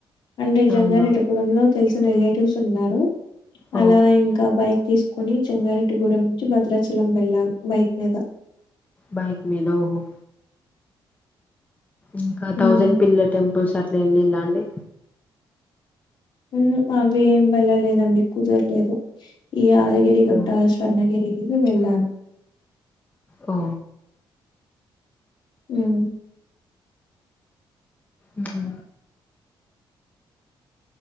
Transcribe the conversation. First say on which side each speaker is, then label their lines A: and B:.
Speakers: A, on the left; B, on the left.
A: అండ్ జంగారెడ్డి
B: అవునా
A: గూడెం లో తెలిసిన రిలేటివ్స్ ఉన్నారు
B: ఓ
A: అలా ఇంక బైక్ తీసుకుని జంగారెడ్డిగూడెం నుంచి భద్రాచలం వెళ్ళాము బైక్ మీద
B: బైక్ మీద ఓహో ఇంకా థౌసండ్
A: ఉమ్
B: పిల్లర్ టెంపుల్స్ అట్ల ఎల్లిల్ల అండి
A: మ్హు అవి ఏం వెళ్ళలేదండి కుదరలేదు ఈ యాదగిరిగుట్ట
B: ఓ
A: కన్నగిరి వెళ్లాను
B: ఓ
A: మ్
B: మ్హు